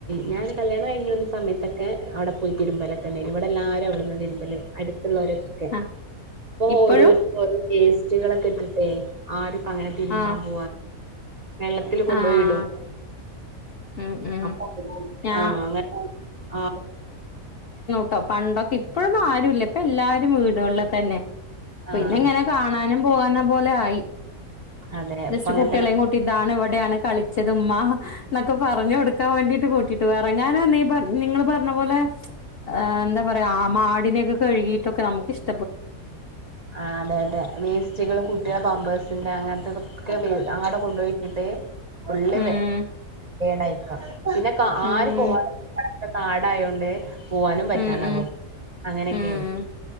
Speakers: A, on the right (about 65°); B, on the left (about 65°).
A: ഞൊരു കല്യാണം കഴിഞ്ഞ സമയത്തൊക്കെ അവിടെ പോയി തിരുമ്പലൊക്കെ ഉണ്ടായി ഇവിടെല്ലരും അവിടുന്ന് തിരുമ്പല് അടുത്ത് രൊക്കെ
B: ആഹ്
A: അപ്പൊ
B: ഇപ്പഴും
A: ഓരോരുത്ത ഓരോ പേസ്റ്റികൾൊക്കെ ഇട്ടിട്ടേ ആറൂം അങ്ങനെതിരുമ്പാ
B: ആഹ്
A: പോവാ വെള്ളത്തിൽ കൊണ്ടുപോയി
B: ആഹ്
A: ഇടും
B: ഉം ഉം
A: അ
B: ഞാ
A: ആ അങ്ങ ആ
B: ട്ടോ പണ്ടൊക്കെ ഇപ്പോഴൊന്നും ആരുല്ല ഇപ്പൊ എല്ലാരും വീട് അടുള്ളിൽ തന്നെ പിന്നെ
A: ആഹ്
B: എങ്ങനെ കാണാനും പോകാന പോലെ ആയി
A: അതെ
B: ജസ്റ്റ്
A: ഇപ്പ അങ്ങനെ
B: കുട്ടികളെ
A: തന്നെ
B: കൂട്ടിതാണ് കളിച്ചത് ഉമ്മ എന്നൊക്കെ പറഞ്ഞ കൊടുക്കാൻ വേണ്ടട്ട് കൂട്ടിട്ട് ഇറങ്ങാന ന പറഞ്ഞ നിങ്ങൾ പറഞ്ഞോ അപോലെ് എന്താ പറയാ മാടിനൊക്കെ കഴുകിട്ടൊക്കെ നമുക്ക് ഇഷ്ട
A: ആ അതെ അതെ വേസ്റ്റുകൾ കുട്ടികള പമ്പേഴ്സ് അങ്ങനത്തെൊക്കെ അങ്ങോട്ട കൊണ്ടുപോയിട്ടിട്ട് വള്ളി
B: ഉം
A: ടായിക്ക പിന്നെ
B: ഉം
A: ആര് പോവാനക്കെ കാടായോണ്ട് പോകാനും പറ്റാന്നാവ
B: ഉം ഉം
A: അങ്ങനെയൊക്കെയാണ്
B: ഉം